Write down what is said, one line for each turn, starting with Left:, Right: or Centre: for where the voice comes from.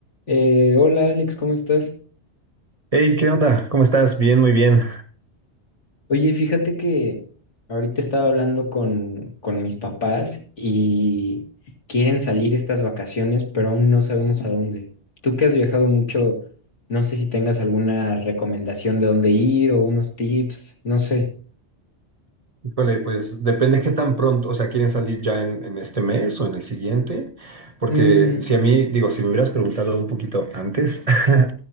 Left: Eh, hola Alex, ¿cómo estás?
Right: Hey, ¿qué onda? ¿Cómo estás? Bien, muy bien.
Left: Oye, fíjate que ahorita estaba hablando con, con mis papás y quieren salir estas vacaciones, pero aún no sabemos a dónde. Tú que has viajado mucho, no sé si tengas alguna recomendación de dónde ir o unos tips, no sé.
Right: Híjole, pues depende qué tan pronto, o sea, quieren salir ya en, en este mes o en el siguiente, porque
Left: Mm,
Right: si a mí, digo, si me hubieras preguntado un poquito antes, <laughs>